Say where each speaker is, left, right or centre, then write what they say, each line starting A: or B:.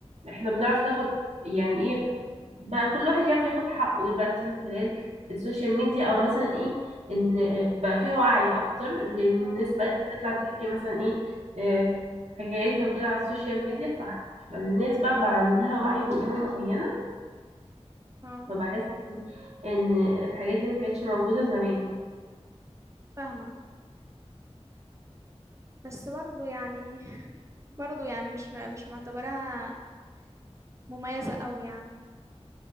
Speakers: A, on the right; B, on the right.
A: احنا بنعرف ناخد يعني ايه بقى كل واحد يعرف ياخد حقه دلوقتي من خلال السوشيال ميديا او مثلا ايه ان بقى في وعي اكتر لان الناس
B: اه
A: بقت تطلع تحكي مثلا ايه آه، حكايتها وكده على السوشيال ميديا ف- فالناس بقى بقى عندها وعي بأمور معينة
B: اه
A: فبحس ان الحاجات دي ما كانتش موجودة زمان
B: فاهمة بس برضو يعني <laughs> برضو يعني مش مش معتبراها مميزة قوي يعني